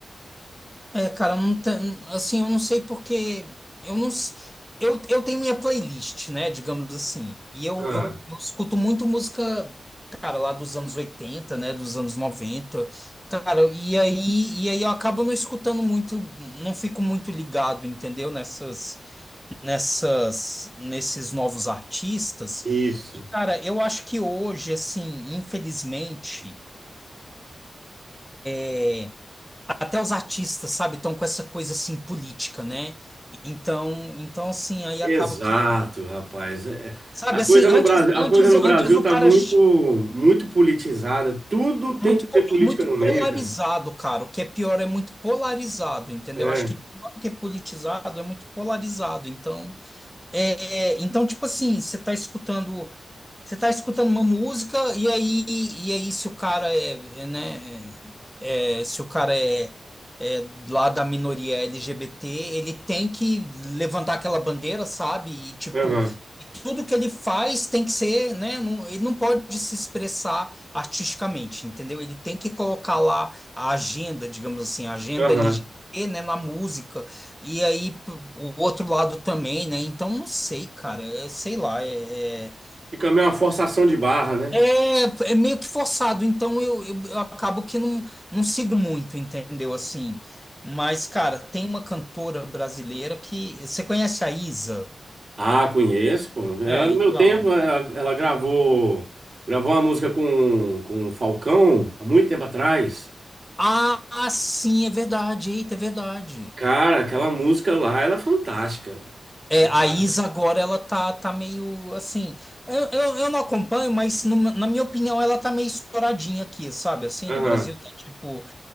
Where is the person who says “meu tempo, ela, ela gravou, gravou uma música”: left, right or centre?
Right